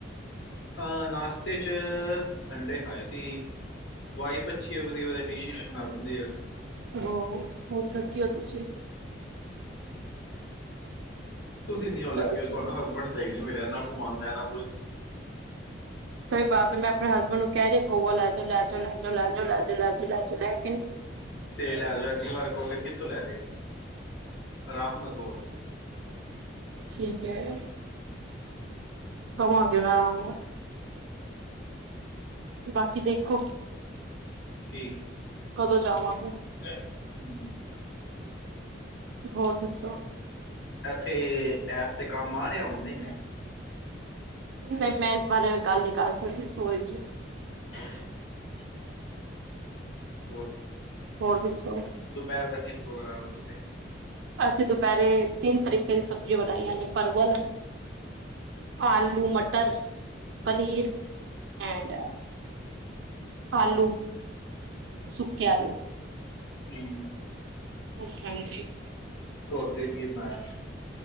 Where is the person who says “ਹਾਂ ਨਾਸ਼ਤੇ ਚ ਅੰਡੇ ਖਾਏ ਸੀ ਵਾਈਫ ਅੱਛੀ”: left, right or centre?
Left